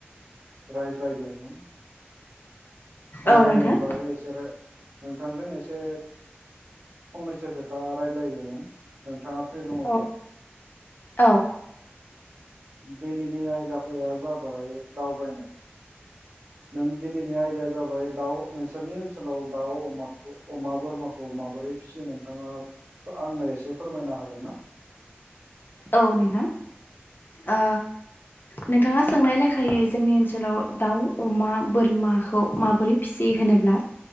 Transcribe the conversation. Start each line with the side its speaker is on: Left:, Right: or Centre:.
Right: रायज्लायगौमोन। दावबायनायनि
Left: औ नोंथां
Right: बागै इसोरो नोंथांजों एसे फंनैसो खोथा रायज्लायगोन नोंथाङा फ्रि दङब्ला।
Left: औ औ
Right: दिनैनि आयदाफोरा जाबाय दावबायनाय नों दिनैनि आयदाया जाबाय दाउ नोंसोरनि ओनसोलाव दाउ अमाखौ अमा बोरमाखौ मा बोरै फिसियो नोंथाङा आंनो एसे फोरमायनो हागोन ना?
Left: औ नोंथां ओ नोंथाङा सोंनाय लेखायै जोंनि ओनसोलाव दाउ अमा बोरमाखौ माबोरै फिसियो होन ब्ला